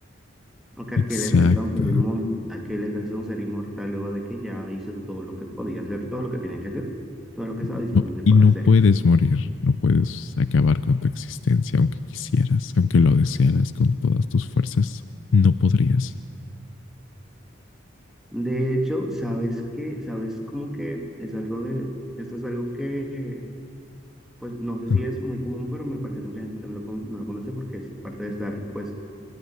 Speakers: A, in the centre; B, on the left.
A: O que
B: Exacto.
A: a qué le resta un ser inmortal, a qué le resta un ser inmortal luego de que ya hizo todo lo que podía hacer, todo lo que tenía que hacer, todo lo que estaba
B: Y
A: disponible
B: no, y
A: para
B: no
A: hacer.
B: puedes morir, no puedes acabar con tu existencia, aunque quisieras, aunque lo desearas con todas tus fuerzas, no podrías.
A: De hecho, sabes qué sabes cómo que es algo de, esto es algo que pues no sé si
B: Ah,
A: es muy común, pero me parece que mucha gente no lo, con- no lo conoce porque es parte de estar, pues,